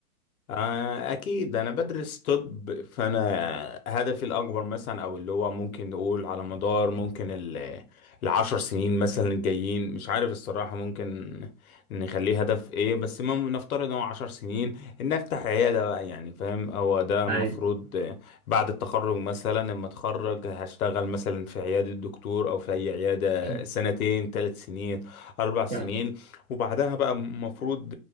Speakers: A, on the left; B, on the right.
A: آه، أكيد أنا بدرس طب فأنا هدفي الأكبر مثلا أو اللي هو ممكن نقول على مدار ممكن ال- العشر سنين مثلا الجايين مش عارف الصراحة ممكن نخليه هدف إيه بس المهم نفترض إن هو عشر سنين إن أفتح عيادة بقى يعني فاهم هو ده المفروض
B: أيوة
A: آه، بعد التخرج مثلا لما أتخرج هشتغل مثلا في عيادة دكتور أو في أي عيادة
B: <clears throat>
A: سنتين ثلاث سنين أربع سنين
B: فاهم
A: وبعدها بقى المفروض